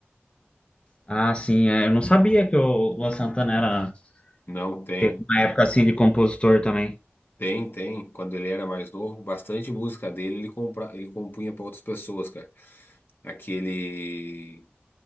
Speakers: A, on the left; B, on the left.
A: Ah, sim, é, eu não sabia que o Luan Santana era,
B: Não tem.
A: teve uma época assim de compositor também.
B: Tem, tem. Quando ele era mais novo, bastante música dele ele, compra, ele compunha para outras pessoas, cara. Aquele.